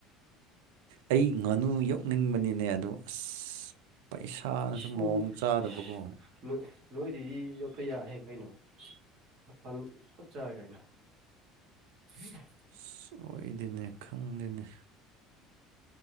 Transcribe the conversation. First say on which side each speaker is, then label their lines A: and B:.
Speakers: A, on the right; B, on the right.
A: ꯑꯩ ꯉꯥꯅꯨ ꯌꯣꯛꯅꯤꯡꯕꯅꯤꯅꯦ ꯑꯗꯨ ꯑꯁ ꯄꯩꯁꯥꯅꯁꯨ
B: ꯁꯤꯟ
A: ꯃꯑꯣꯡ ꯆꯥꯗꯕꯀꯣ
B: ꯁꯤ ꯅꯣꯏꯔꯤ ꯌꯣꯛ ꯄ ꯌꯥꯏꯍꯦ ꯀꯩꯅꯣ ꯃꯐꯝ ꯆꯞ ꯆꯥꯔꯦ ꯀꯩꯅꯣ <unintelligible>
A: ꯁꯣꯏꯗꯅꯦ ꯈꯪꯗꯦꯅꯤ